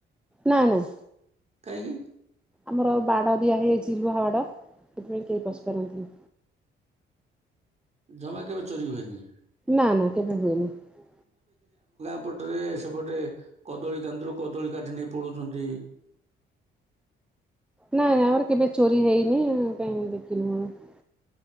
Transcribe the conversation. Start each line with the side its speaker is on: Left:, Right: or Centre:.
Centre: ନାଇଁ ନାଇଁ
Right: କାହିଁକି?
Centre: ଆମର ବାଡ ଦିଆ ହେଇଛି। ସିଲୁଆ ହାଡ଼ ସେଥିପାଇଁ କେହି ପଶି ପାରନ୍ତିନି।
Right: ଜମା କେବେ ଚୋରି ହୁଏନି?
Centre: ନା ନା କେବେ ହୁଏନି ।
Right: ସେପଟରେ ସେପଟେ କଦଳୀ କାନ୍ଦିରୁ କଦଳୀ କାଟି ନେଇ ପଳଉଛନ୍ତି
Centre: ନାଇଁ ନାଇଁ ଆମର କେବେ ଚୋରି ହେଇନି କାହିଁକି ଦେଖିଲୁ ।